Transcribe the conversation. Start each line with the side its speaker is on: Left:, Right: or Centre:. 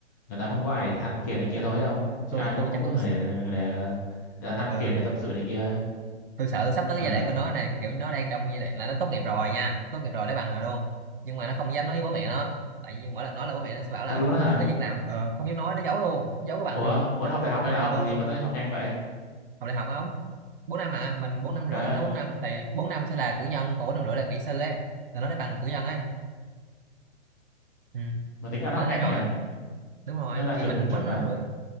Left: người ta không có ai để than phiền này kia thôi ấy không chứ
Right: tôi
Left: ai cũng
Right: tôi
Left: muốn
Right: chắc cũng
Left: có người để, để người ta than
Right: ờ,
Left: phiền để tâm sự này kia
Right: tôi sợ sắp tới cái
Left: ờ
Right: giai đoạn của nó này kiểu nó đang trong giai đoạn là nó tốt nghiệp rồi nha tốt nghiệp rồi lấy bằng rồi luôn nhưng mà nó không dám nói với bố mẹ nó tại vì mỗi lần nói là bố mẹ nó sẽ bảo là
Left: thật luôn á hả
Right: có việc làm ờ, không dám nói nó giấu luôn giấu cái bằng
Left: ủa
Right: trong
Left: ủa
Right: trong
Left: nó học đại học
Right: trong
Left: hay là
Right: ba
Left: học
Right: lô
Left: gì
Right: luôn
Left: mà nó học nhanh vậy
Right: học đại học không bốn năm à mình bốn năm
Left: Cái
Right: rưỡi
Left: ơi,
Right: nó bốn năm tại bốn năm sẽ là cử nhân còn bốn năm rưỡi là kỹ sư ấy là nó lấy bằng cử nhân ấy ừ.
Left: mà tính ăn
Right: là
Left: học
Right: nó lấy
Left: nhanh
Right: rồi
Left: thế nhỉ?
Right: đúng rồi
Left: Nó ra
Right: thì
Left: trường
Right: mình
Left: chuẩn
Right: bốn năm
Left: à?
Right: rưỡi